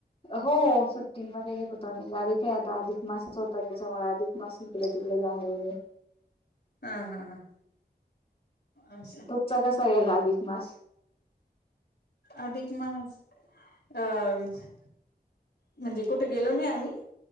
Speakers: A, on the left; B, on the left.
A: हो सुट्टीं मध्ये गलो होतो आम्ही गावी काय आता अधिक मासच होत याच्यामुळे अधिक मास तिकडे तिकडे जाणे येणे
B: हा हा हा असं
A: तुमचा कसा गेला अधिक मास
B: अधिक मास अ.. ज. म्हणजे कुठे गेलो नाही आम्ही